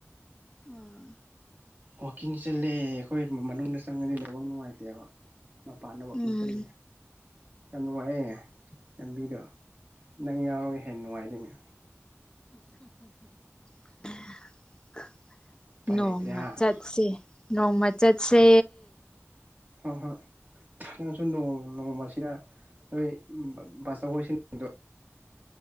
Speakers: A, on the left; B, on the right.
A: ꯑꯥ
B: ꯋꯥꯀꯤꯡ ꯆꯠꯂꯦ ꯑꯩꯈꯣꯏ ꯃꯅꯨꯡꯗ ꯆꯪꯉꯗꯤ ꯅꯦꯠꯋꯥꯛ ꯅꯨꯡꯉꯥꯏꯇꯦꯕ ꯃꯄꯥꯟꯗ ꯋꯥꯛꯀꯤꯡ
A: ꯎꯝ
B: ꯆꯠꯂꯤꯌꯦ ꯌꯥꯝ ꯅꯨꯡꯉꯥꯏꯌꯦ ꯂꯝꯕꯤꯗꯣ ꯅꯪ ꯌꯥꯎꯔꯒ ꯍꯦꯟꯅ ꯅꯨꯡꯉꯥꯏꯗꯣꯏꯅꯦ
A: <inaudible>
B: ꯎꯄꯥꯏ
A: ꯅꯣꯡꯃ
B: ꯂꯩꯇ꯭ꯔꯦ ꯍꯥ
A: ꯆꯠꯁꯦ ꯅꯣꯡꯃ ꯆꯠꯁꯦ
B: ꯍꯣꯏ ꯍꯣꯏ ꯅꯣꯡ ꯅꯣꯡꯃ ꯑꯁꯤꯗ ꯅꯣꯏ ꯕꯥꯆꯧꯍꯣꯏ ꯁꯤꯡꯗꯣ